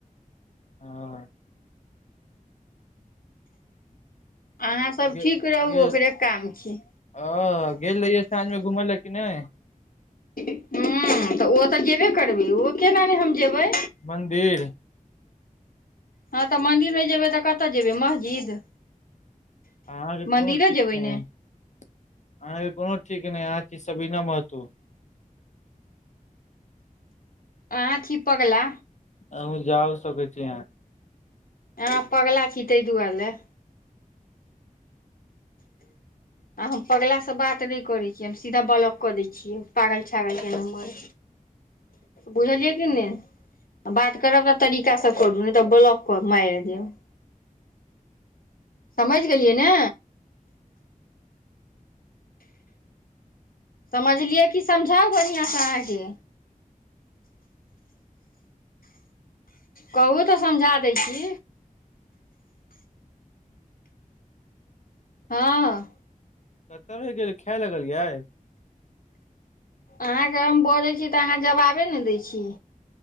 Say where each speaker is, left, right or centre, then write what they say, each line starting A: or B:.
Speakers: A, on the left (about 55°); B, on the left (about 85°).
A: हाँ हँ
B: अहाँ सब
A: गे
B: ठीक रहू
A: गेल
B: ओकरे काम छी
A: ह गेल रहियै साँझ मे घुमै लाय कि नहि
B: हूँ तऽ ओ तऽ जेबे करबै ओ केना नहि हम जेबै
A: मन्दिर
B: हँ तऽ मंदिर नै जेबै तऽ कतऽ जेबै मस्जिद
A: अहाँके कोनो
B: मन्दिरे
A: ठीक
B: जेबै
A: नहि
B: ने
A: हई अहाँके कोनो ठीक नहि है अहाँ छिय सबीना महतो
B: आहाँ छी पगला
A: आहुँ जाउ सकै छी
B: अहाँ पगला छी तै दुआरे लए आ हम पगलासँ बात नहि करै छीयै हम सीधा ब्लॉक कऽ दै छियै पागल छउरा के नम्बर बुझलियै कि नहि बात करब तऽ तरीका करू नहि तऽ ब्लॉक कए मारि देब समझि गेलियै ने समझलियै कि समझाउ बढ़िआँसँ अहाँके कहबै तऽ समझा दै छी हँ
A: कतय रहै गेलिए खाय लगलियै
B: अहाँके हम बजै छी तऽ अहाँ जवाबे ने दै छी